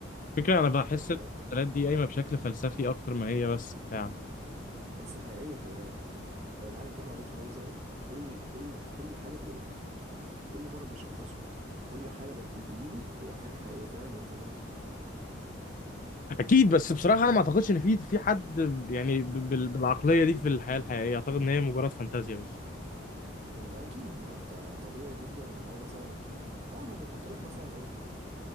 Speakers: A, on the left (about 40°); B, on the right (about 35°).
A: فكرة انا بحس
B: يعني عي-
A: المسلسلات دي قايمة بشكل فلسفي اكتر ما هي بس بتاع
B: بس حقيقيه خلي بالك يعني تعالى نتكلم عن دكتور هاوس ده كل كل كل حاجه بيقولها كل مرض بيشخصه وكل حاله بت- بتجيله هو حاجه حقيقيه فعلا مليون في الميه
A: اكيد بس بصراحه انا ما اعتقدش ان في في حد يعني ب- بال- بالعقلية دي في الحياة الحقيقية اعتقد ان هي مجرد فانتازيا بس
B: ده اكيد ما هو انت طبيعي جدا ان هو مثلا اه هو بيحط لك مثلا ايه